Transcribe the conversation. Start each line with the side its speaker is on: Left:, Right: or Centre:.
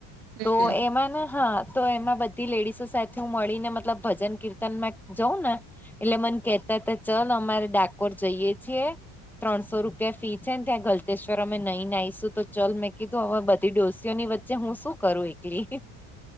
Right: હમ
Centre: તો
Right: હમ હમ
Centre: એમાં ન હા તો એમાં બધી લેડીસો સાથે હું મળીને મતલબ ભજન કીર્તનમાં જઉ ને એટલે મન કેતા તા ચલ અમારે ડાકોર જઈએ છીએ ત્રણસો રૂપિયા ફી છે ને ત્યાં ગલતેશ્વર અમે નઈન આઈશું તો ચલ, મેં કીધું અવે બધી ડોસીઓની વ ચે હું શું કરું એકલી.